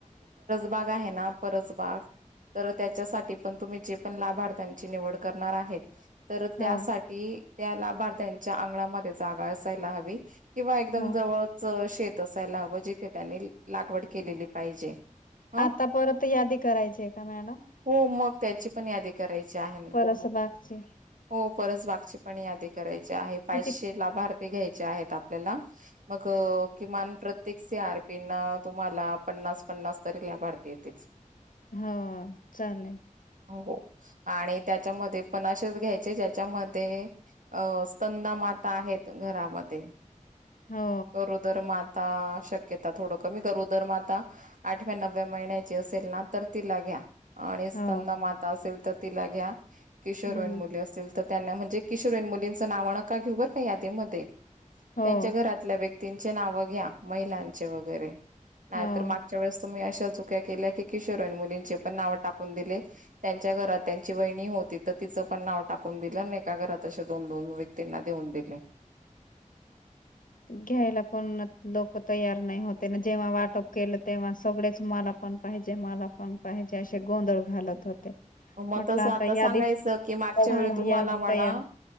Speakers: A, on the right; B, on the left.
A: बाग आहे ना परस बाग तर त्याच्यासाठी पण तुम्ही जे पण लाभार्थ्यांची निवड करणार आहेत तर त्यासाठी
B: हो
A: त्या लाभार्थ्यांच्या अंगणामध्ये जागा असायला हवी किंवा एकदम
B: हो
A: जवळच शेत असायला हवं जिथे त्यांनी लागवड केलेली पाहिजे. ह
B: आता परत यादी करायची का मॅडम?
A: हो मग त्याची पण यादी करायची आहे ना.
B: परसबागची
A: हो परच बागचीपणी यादी करायची आहे पाचशे
B: किती
A: लाभार्थी घ्यायचे आहेत आपल्याला मग, किमान प्रत्येक सी आर पी ना तुम्हाला पन्नास पन्नास तरी लाभार्थी येतील <inaudible>
B: हां, चालेल.
A: हो आणि त्याच्यामध्ये पण अशेच घ्यायचे ज्याच्यामध्ये अ स्तनाम माता आहेत घरामध्ये
B: हो
A: गरोदरमा ता शक्यता थोडं कमी करू दर माता आठव्या नवव्या महिन्याची असेल ना तर तिला घ्या. आणि स्तंदा
B: हो
A: माता असेल तर तिला घ्या किशोर
B: हम्म
A: वयन मुली असेतील तर त्यांना म्हणजे किशोरवयीन मुलींचा नाव अणका घेऊवर काय यादीमध्ये,
B: हो
A: त्यांच्या घरात व्यक्तींची नाव घ्या, महिलांची वैगेरे, नाहीतर
B: हो
A: मागच्या वेळेस तुम्ही आशा चुक्या केल्या कि, किशोर वयीन मुलींची पण नाव टाकून दिले त्यांच्या घरात त्यांची वाहिनी हो तिथं तिचं पण नाव टाकून दिलं आणि एका घरात अशे दोन-दोन व्यक्तींना देऊन दिले. <inaudible>
B: घ्यायला पण नत लोकं तयार नाही होते ना जेव्हा वाटप केलं तेव्हा सगळेच मला पण पाहिजे, मला पण पाहिजे असे गोंधळ घालत होते.
A: मग
B: म्हटलं
A: तसं आता
B: यादीत
A: सांगायचं की मागच्या
B: हा
A: वेळी तुम्हाला
B: यादी
A: म्हणा
B: तयार